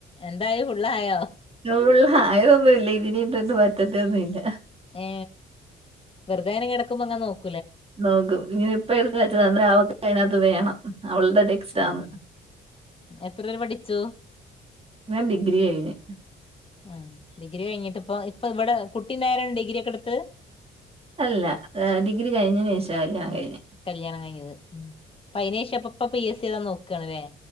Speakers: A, on the left (about 25°); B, on the right (about 30°).
A: എന്തായി ഫുള്ളായോ
B: നമ്മള് ആയതൊന്നുമ ഇല്ല ഇതിനന്നും പറ്റത്തോ <unintelligible> ന്നുമല്ല
A: ഏ വെറുതെേനെ കിടക്കുമ്പോ ങ്ങനെ നോക്ക
B: നോക്കും ഇങ്ങനെ ഇപ്പ എട്ത്വെച്ച അവക്ക് അതിനകത്ത് വേണം അവളടെ ടെക്സ്റ്റ
A: ഉം
B: ആന്ന്
A: എത്ര വരെ പഠിച്ചു
B: ഞാൻ ഡിഗ്രി കയിഞ്ഞ്
A: ഉം ഡിഗ്രി കഴിഞ്ഞിട്ട് ഇപ്പ ഇപ്പൊ ഇവിടെ കുട്ടിണ്ടായരാണ് ഡിഗ്രി ഒക്കെ എടുത്തത്
B: അല്ല ഡിഗ്രി കഴിഞ്ഞന് ശേഷം ല്ലാം കഴിഞ്ഞു
A: കല്യാണം കഴിഞ്ഞത് ഉ അപ്പ അയിനേഷം അപ്പപ്പ പി എസ് സി താ നോക്കാണ്ല്ലേ